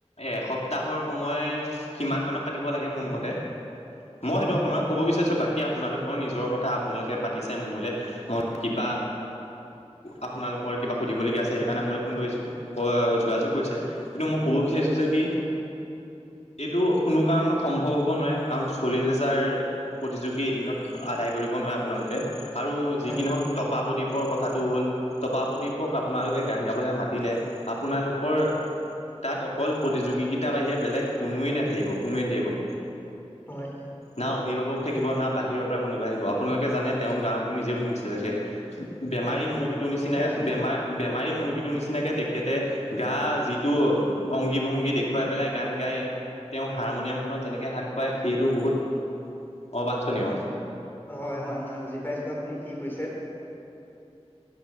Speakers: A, on the left; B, on the left.
A: এ এসপ্তাহৰ সময় কিমান মানত পাতিব লাগে মোৰ মতে মই সেইটো
B: হয়
A: আপোনালোক
B: হয়
A: কব বিচাৰিছো বাকী আপোনালোকৰ নিজৰ কথা আপোনালোকে পাতিছে মোলে মন কিবা আপোনালোকৰ কিবা সুধিবলগীয়া আছে সেইটো কাৰণে মোলে ফোন কৰিছে কৱা যোগাযোগ কৰিছে কিন্তু মই ক'ব বিচাৰিছো
B: হয়
A: যে কি এইটো কোনো কাৰণ সম্ভৱ হ'ব নোৱাৰে কাৰণ চল্লিশ হাজাৰ প্ৰতিযোগী এদিনত আদায় কৰিব নোৱাৰে আপোনালোকে। আৰু যিকি
B: হয়
A: নহওক টপা প্ৰদ্বীপৰ কথাটো হ'ল টপা প্ৰদীপক আপোনালোকে গান গাবলৈ মাতিলে আপোনালোকৰ তাত অকল প্ৰতিযোগিতা বাহিৰে বেলেগ কোনোৱে নাথাকিব কোনোৱে নাথাকিব।
B: হয়
A: না অভিভাৱক থাকিব না বাহিৰৰ পৰা কোনোবাই আহিব আপোনালোকে জানে তেওঁৰ গান আপুনি নিজে শুনিছে চাগে। বেমাৰী
B: হয় হয়
A: মুৰ্গীটোৰ
B: হয় মই বুজি
A: নিচিনা
B: পাইছো
A: বেমাৰ বেমাৰী মুৰ্গীটোৰ নিচিনাকে তেখেতে গা যিটো অংগী ভংগী দেখুৱাই পেলাই গান গাই তেওঁ হাৰমনিয়ামখনত যেনেকৈ হাত খোৱায় সেইটো বহুত অবাঞ্ছনীয়
B: হয় হয় হয় মই বুজি পাইছো আপুনি কি কৈছে।